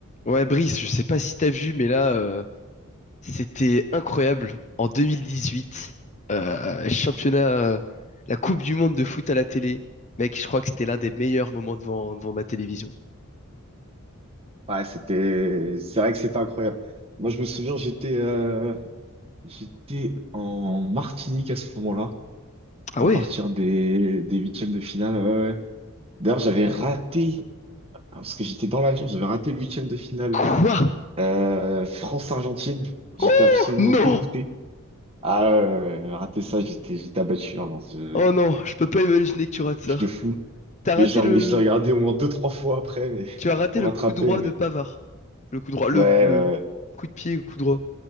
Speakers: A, on the left; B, on the right.
A: Ouais, Brice, je sais pas si t'as vu, mais là, euh, c'était incroyable. En 2018, euh, championnat, euh, la Coupe du Monde de foot à la télé. Mec, je crois que c'était l'un des meilleurs moments devant, devant ma télévision.
B: Ouais, c'était, c'est vrai que c'était incroyable. Moi, je me souviens, j'étais, euh, j'étais en Martinique à ce moment-là,
A: Ah
B: à
A: ouais?
B: partir des, des huitièmes de finale. ouais, ouais. D'ailleurs, j'avais raté, parce que j'étais dans l'avion, j'avais raté le huitième de finale.
A: Quoi?
B: euh, France-Argentine, j'étais
A: Oh
B: absolument
A: non!
B: dégoûté. Ah, ouais, ouais, ouais, ouais, raté ça, j'étais, j'étais abattu. hein, non, je,
A: Oh non, je peux pas imaginer que tu rates ça.
B: je te fous.
A: T'as raté
B: Mais je
A: le,
B: l'ai reg- je l'ai regardé au moins deux, trois fois après, mais <laughs>
A: tu as raté
B: pour
A: le
B: rattraper.
A: coup droit
B: Mais
A: de Pavard. Le coup droit, le,
B: ouais,
A: le
B: ouais,
A: coup de pied, le coup droit.